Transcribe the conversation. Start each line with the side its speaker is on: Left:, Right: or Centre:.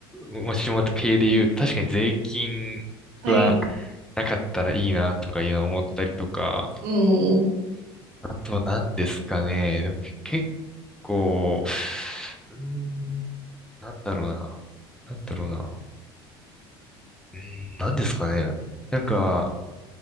Centre: もしも系で言うと、確かに税金は
Right: はい。
Centre: なかったらいいなとかいうのを思ったりとか、
Right: うん。
Centre: あとは何ですかね。でも結構、うーん、なんだろうな。なんだろうな。うーん、何ですかね。なんか、